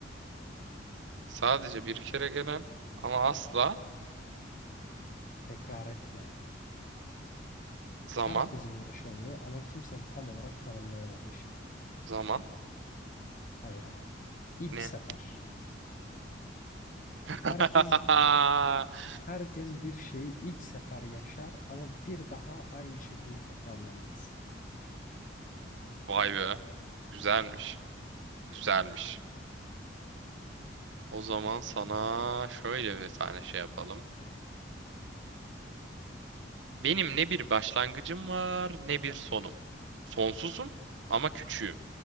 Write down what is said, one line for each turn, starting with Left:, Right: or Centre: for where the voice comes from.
Right: Sadece bir kere gelen ama asla
Left: tekrar etmeye.
Right: zaman
Left: Herkesin yaşadığı ama kimsenin tam olarak tanımlayamadığı şey.
Right: zaman
Left: Hayır abi. İlk
Right: ne?
Left: sefer.
Right: <laughs>
Left: Herkes herkes bir şeyi ilk sefer yaşar ama bir daha aynı şekilde tekrarlanmaz.
Right: Vay be. Güzelmiş. Güzelmiş. O zaman sana şöyle bir tane şey yapalım. Benim ne bir başlangıcım var ne bir sonum. Sonsuzum ama küçüğüm.